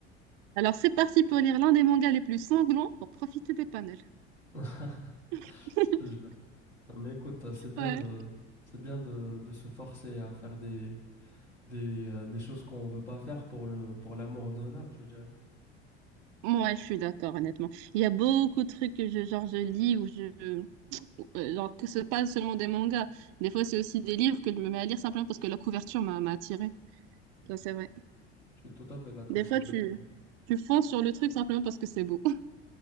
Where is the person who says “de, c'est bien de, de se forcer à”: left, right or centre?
Left